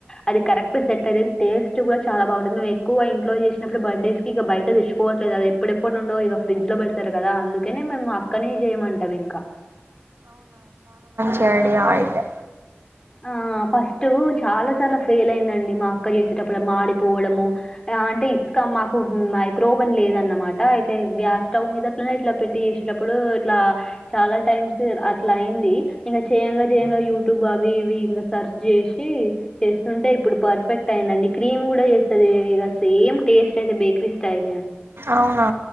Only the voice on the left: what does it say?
అది కరెక్ట్ సెట్ అ <unintelligible> టేస్ట్ కూడా చాలా బాగుంటుంది మేము ఎక్కువ ఇంట్లో చేసినప్పుడు బర్త్డేస్ కి ఇక బయట తెచ్చుకోవట్లేదు అది ఎప్పుడెప్పుడు నుండో ఇగ ఫ్రిడ్జ్ లో బెడతారు కదా అందుకనే మేము అక్కనే జేయమంటాం ఇంకా
ఆ ఫస్ట్ చాలా సార్ల ఫెయిల్ అయిందండి మా అక్క చేసేటప్పుడు మాడిపోవడము ఆ అంటే ఇసుక మాకు మైక్రోబన్ లేదన్నమాట అయితే గ్యాస్ స్టవ్ మీద అట్ల ఇట్లా పెట్టి చేసట ఇప్పుడు ఇట్లా చాలా టైమ్ సిజరు అట్లా అయింది ఇంగ చెయంగా జేయంగా యూటూబ్ అవి అవి ఇవి ఇంగ సర్చ్ జేసి చేస్తుంటే ఇప్పుడు పర్ఫెక్ట్ అయిందండి క్రీమ్ గుడా చేస్తది ద సేమ్ టేస్ట్ అయితే బేక్రీ స్టైల్